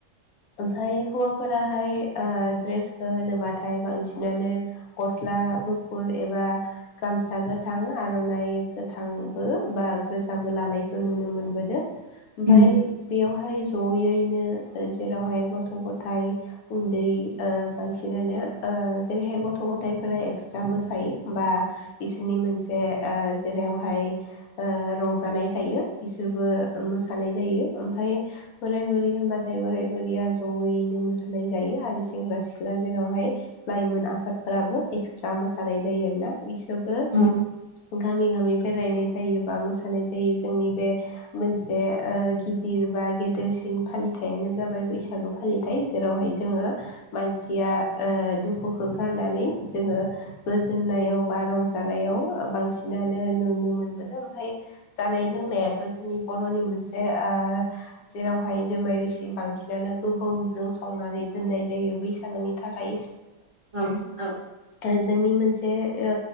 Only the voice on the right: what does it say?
उम
औ
औ औ औ